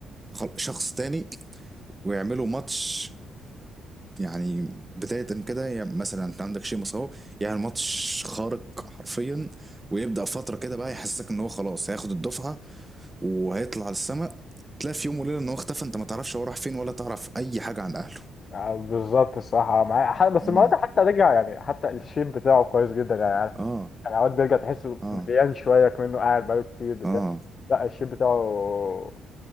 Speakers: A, on the right; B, on the left.
A: خل- شخص تاني ويعملوا ماتش يعني بداية كده يعني مثلا انت عندك شيمس اهو يعني ماتش خارق حرفيا ويبدأ فترة كده بقى يحسسك ان هو خلاص هياخد الدفعة وهيطلع السماء تلاقي في يوم وليلة ان هو اختفى انت ما تعرفش هو راح فين ولا تعرف اي حاجة عن اهله
B: آه، بالظبط الصراحة آه، معايا ح- بس
A: امم
B: النهارده حتى رجع يعني حتى الشيب بتاعه كويس جدا يعني عارف
A: اه
B: يعني اوقات بيرجع تحسه
A: اه
B: مليان شوية كمنه قاعد بقاله كتير بتاع
A: اه
B: لا الشيب بتاعه